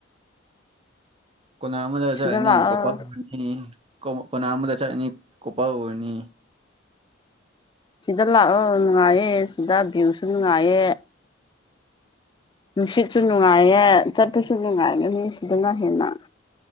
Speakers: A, on the right (about 30°); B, on the left (about 25°).
A: ꯀꯣꯅꯥ ꯑꯃꯗ
B: ꯁꯤꯗ
A: ꯆꯠꯂꯅꯤ
B: ꯂꯥꯛꯑꯣ
A: ꯒꯣꯄꯥꯜꯅꯤ <inaudible> ꯀ ꯀꯅꯥ ꯑ ꯑꯃꯗ ꯆꯅꯤ ꯀꯣꯄꯥꯅꯤ
B: ꯁꯤꯗ ꯂꯥꯛꯑꯣ ꯅꯨꯡꯉꯥꯏꯌꯦ ꯁꯤꯗ ꯚ꯭ꯌꯨꯁꯨ ꯅꯨꯡꯉꯥꯏꯌꯦ ꯅꯨꯡꯁꯤꯠꯁꯨ ꯅꯨꯡꯉꯥꯏꯌꯦ ꯆꯠꯄꯁꯨ ꯅꯨꯡꯉꯥꯏꯒꯅꯤ ꯁꯤꯗꯅ ꯍꯦꯟꯅ